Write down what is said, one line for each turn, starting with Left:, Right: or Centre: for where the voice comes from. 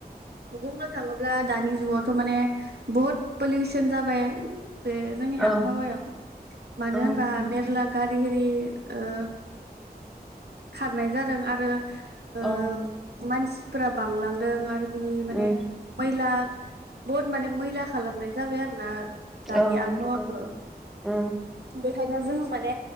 Right: बुंनो थाङोब्ला दानि जुगावथ' माने बहुद पलिउसन जाबाय बे जोंनि
Centre: औ
Right: आबहावायाव मानो
Centre: औ
Right: होनबा मेरला गारि होररि ओ खारनाय जादों आरो ओ
Centre: औ
Right: मानसिफोरा बांलांदों आरो बिनि माने
Centre: उम
Right: मैला बहुद माने मैला खालामनाय जाबाय आरो ना दानि
Centre: औ
Right: आबहावाखौ
Centre: नंगौ औ
Right: बेखायनो जों माने